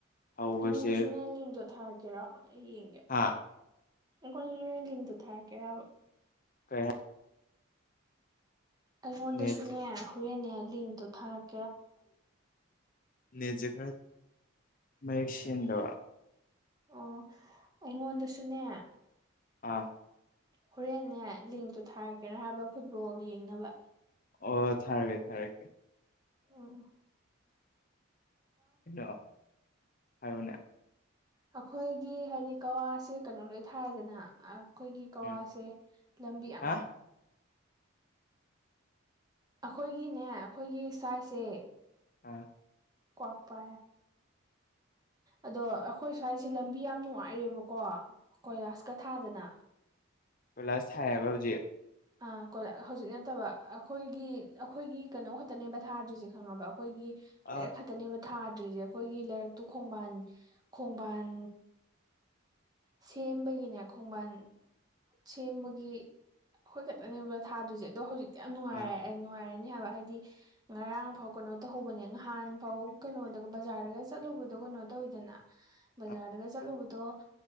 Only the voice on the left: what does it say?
ꯍꯧꯕꯁꯦ
ꯑꯥ
ꯀꯌꯥ
ꯅꯦꯠꯁꯦ
ꯅꯦꯠꯖꯀ ꯃꯌꯦꯛꯌꯦꯛꯁꯤꯟꯗ
ꯑꯥ
ꯑꯣ ꯊꯥꯔꯒꯦ ꯊꯥꯔꯛꯒꯦ
ꯍꯗꯣ ꯍꯥꯏꯔꯨꯅꯥ
ꯎꯝ
ꯍꯥ
ꯑꯥ
ꯄꯣꯏꯂꯁ ꯁꯕꯕꯗꯤ
ꯑꯥ
ꯑꯥ
<inaudible>